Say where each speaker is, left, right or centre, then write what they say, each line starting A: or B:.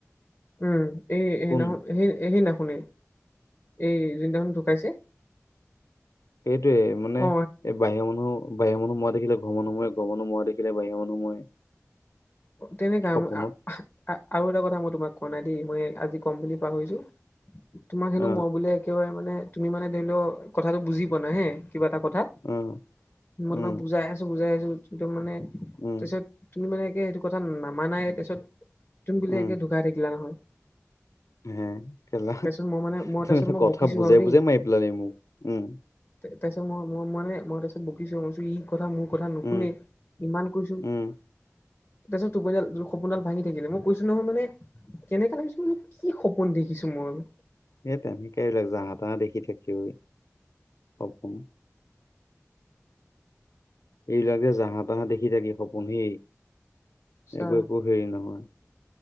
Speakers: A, on the left; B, on the left.
A: উম', এই সেইদিনাখন
B: কোন
A: সেই-সেইদিনাখনেই, এই জন ঢুকাইছে
B: সেইটোয়েই মানে,
A: অ
B: এই বাহিৰৰ মানুহ বাহিৰৰ মানুহ মৰা দেখিলে ঘৰৰ মানুহ মৰে ঘৰৰ মানুহ মৰা দেখিলে বাহিৰা মানুহ মৰে।
A: তেনেকা,
B: সপোনত
A: আম-আ-আ-আ আৰু এটা কথা মই তোমাক কোৱা নাই দেই, মই আজি ক'ম বুলি পাহৰিছোঁ তোমাক হেনো
B: অ
A: মই বোলে একেবাৰে মানে তুমি মানে ধৰি লওঁ, কথাটো বুজি পোৱা নাই হে কিবা এটা কথা
B: অ
A: মই
B: উম
A: তোমাক বুজাই আছোঁ বুজাই আছোঁ একদম মানে তাৰপিছত
B: উম
A: তুমি মানে একে সেইটো কথা নামানাই তাৰপিছত, তুমি বোলে
B: উম
A: একে ঢুকাই থাকিলা নহয়।
B: হে? কেলা।
A: তাৰপিছত মই মানে মই
B: ত <unintelligible>
A: তাৰপিছত মই
B: কথা
A: বকিছো
B: বুজাই
A: আৰু দেই
B: বুজাই মাৰি পেলালি মোক উম'।
A: তাৰপিছত মই-মই মানে মই তাৰপিছত বকিছোঁ মই কৈছোঁ ই কথা মোৰ কথা নুশুনেই,
B: উম
A: ইমান কৈছোঁ।
B: উম
A: তাৰপিছত টোপনিডাল সপোনডাল ভাঙি থাকিলে, মই কৈছোঁ নহয় মানে কেনেকা লাগিছে মানে কি সপোন দেখিছোঁ মই?
B: এহ্, তেনেকে এইবিলাক যাহা তাহা দেখি থাকে ঐ, সপোন এইবিলাক যে জাহা তাহা দেখি থাকে সপোন সি
A: চা
B: একো-একো হেৰি নহয়।